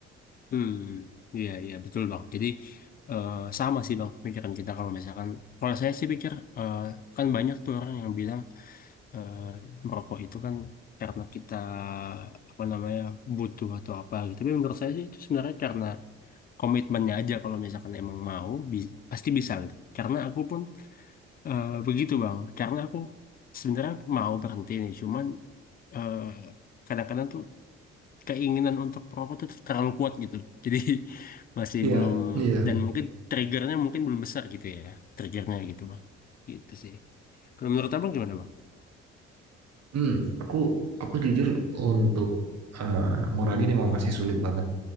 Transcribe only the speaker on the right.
Iya.
Iya.
Hmm, aku aku jujur untuk eh, ngurangi memang masih sulit banget